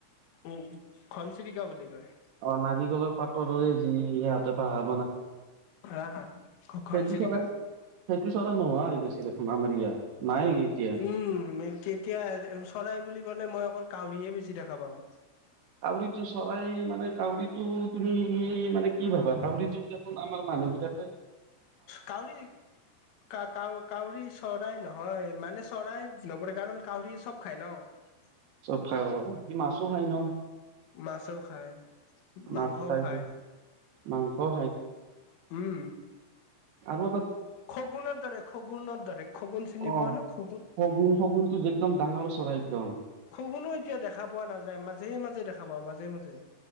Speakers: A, on the left; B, on the right.
A: উ ঘনচিৰিকা বুলি কয়
B: অ', নাৰিকলৰ পাতদৰে যি ইয়াত <unintelligible>
A: হা, হা ঘ-ঘনচিৰিকা।
B: সেইটো চৰাই সেইটো চৰাই নোহোৱা হৈ গৈছে দেখোন আমাৰ ইয়াত। নাই এতিয়া
A: উম এ-তেতিয়া এজ এ-এ চৰাই বুলি ক'লে মই অকল কাউৰীহে বেছি দেখা পাওঁ।
B: কাউৰীটো চৰাই, মানে কাউৰীটো তুমি কি মানে কি ভাবা? কাউৰীটো দেখোন আমাৰ মানুহবিলাকে
A: কাউৰী কা-কাউ, কাউৰী চৰাই নহয় মানে চৰাই নপৰে, কাৰণ কাউৰিয়ে চব খাই ন'।
B: চব খাই অ', ই মাছো খায় ন'?
A: মাছো খায়। মাংসও
B: মাছ খাই
A: খায়
B: মাংসও
A: উম
B: আব
A: খগুনৰ দ্বৰে খগুনৰ দ্বৰে খগুন চিনি
B: অ
A: পোৱা ন খগুন
B: শগুন শগুনটো যে একদম ডাঙৰ চৰাই একদম
A: খগুনো এতিয়া দেখা পোৱা নাযায় মাজে মাজে দেখা পা মাজে মাজে